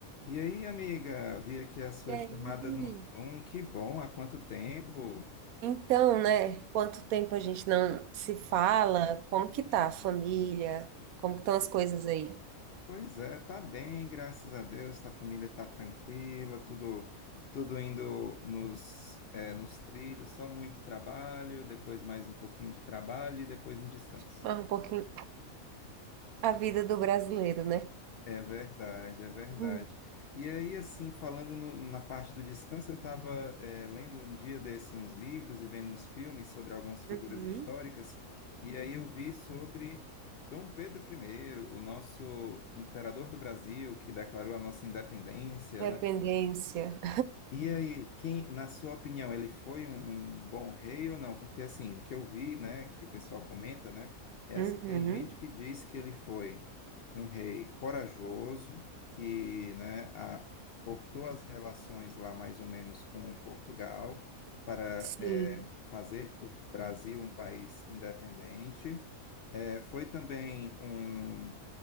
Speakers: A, on the left; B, on the right.
A: E aí, amiga, vi aqui a sua
B: E aí?
A: chamada no Zoom. Que bom, há quanto tempo?
B: Então, né? Quanto tempo a gente não se fala? Como que tá a família? Como que estão as coisas aí?
A: Pois é, tá bem, graças a Deus. A família tá tranquila, tudo tudo indo nos é, nos trilhos, só muito trabalho, depois mais um pouquinho de trabalho e depois um descanso.
B: Mas um pouquinho a vida do brasileiro, né?
A: É verdade, é verdade.
B: Uhum.
A: E aí, assim, falando no- na parte do descanso, eu estava lendo um dia desse uns livros e vendo uns filmes sobre algumas figuras
B: Uhum.
A: históricas, e aí eu vi sobre Dom Pedro I, o nosso imperador do Brasil, que declarou a nossa independência,
B: Dependência.
A: né? E aí, quem, na sua opinião, ele foi um, um bom rei ou não? Porque assim, o que eu vi, né, que o pessoal comenta, né, é
B: Uhum.
A: assim, tem gente que diz que ele foi um rei corajoso, que, né, a- cortou as relações lá mais ou menos com Portugal para
B: Sim.
A: eh, fazer o Brasil um país independente. Eh, foi também um